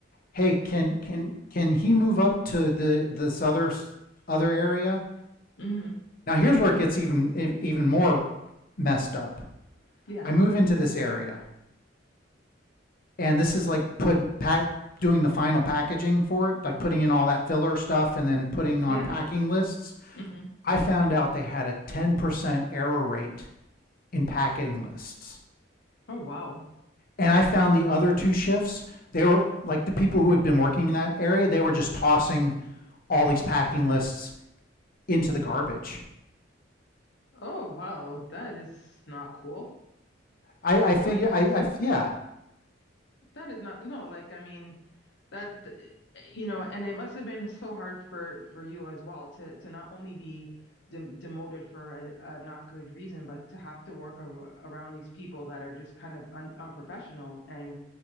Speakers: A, on the left; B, on the left.
A: hey, can can can he move up to the this other other area?
B: hmm
A: Now here's where it gets even even more messed up.
B: Yeah.
A: I move into this area, and this is like put pack doing the final packaging for it, like putting in all that filler stuff and then putting on
B: Yeah.
A: packing lists.
B: hmm
A: I found out they had a 10% error rate in packing lists.
B: Oh wow.
A: And I found the other two shifts, they were like the people who had been working in that area, they were just tossing all these packing lists into the garbage.
B: Oh wow. That is not cool.
A: I,
B: That
A: I figure
B: why
A: I, I yeah
B: That is not no, like I mean that you know, and it must have been so hard for for you as well to to not only be de demoted for a, a not good reason, but to have to work ar around these people that are just kind of un unprofessional and